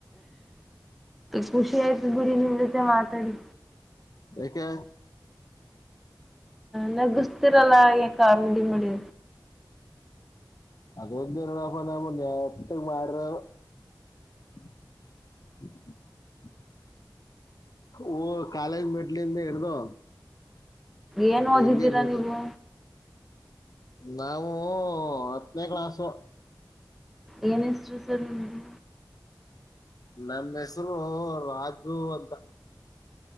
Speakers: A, in the centre; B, on the left (about 50°).
A: ಖುಷಿ ಆಯ್ತು ಬಿಡಿ ನಿಮ್ ಜೊತೆ ಮಾತಾಡಿ.
B: ಯಾಕೆ?
A: ನಗುಸ್ತಿರಲ್ಲ ಏನ್ ಕಾಮಿಡಿ ಮಾಡಿ.
B: ಅದೊಂದೆ ನೋಡಪ್ಪ ನಾವ್ ನೆಟ್ಟಗ್ ಮಾಡ್ರವು. ಹ ಓ ಕಾಲೇಜ್ ಮೆಟ್ಲಿಂದ ಹಿಡ್ದು
A: ಏನ್ ಓದಿದ್ದೀರಾ
B: ಎಲ್ಲಿಂಗೋಟ್ಟ
A: ನೀವು
B: ನಾವು ಹತ್ತನೇ ಕ್ಲಾಸ್
A: ಏನ ಹೆಸ್ರು ಸರ್ ನಿಮ್ದು?
B: ನನ್ ಹೆಸರು ರಾಜು ಅಂತ.